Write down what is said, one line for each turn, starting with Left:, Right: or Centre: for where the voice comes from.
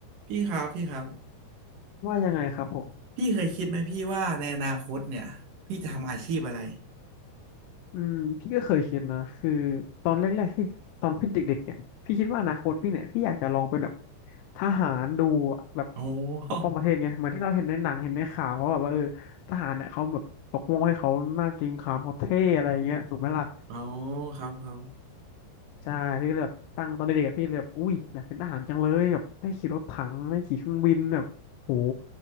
Right: พี่ครับพี่ครับ
Left: ว่ายังไงครับผม
Right: พี่เคยคิดไหมพี่ว่าในอนาคตเนี่ยพี่จะทำอาชีพอะไร
Left: อืมพี่ก็เคยคิดนะคือตอนแรกๆที่ตอนพี่เด็กๆเนี่ยพี่คิดว่าอนาคตพี่เนี่ยพี่อยากจะลองเป็นแบบทหารดูอะแบบ
Right: โอ้
Left: ปกป้องประเทศไงเหมือนที่เราเห็นในหนังเห็นในข่าวเขาแบบว่าเออทหารเนี่ยเขาแบบปกป้องให้เขาหน้าเกรงขามเขาเท่อะไรเงี้ยถูกไหมล่ะ
Right: โอ้ <laughs> ครับครับ
Left: ใช่พี่ก็เลยแบบตั้งตอนเด็กๆอะพี่เลยแบบอุ้ยอยากเป็นทหารจังเลยแบบได้ขี่รถถังได้ขี่เครื่องบินแบบโห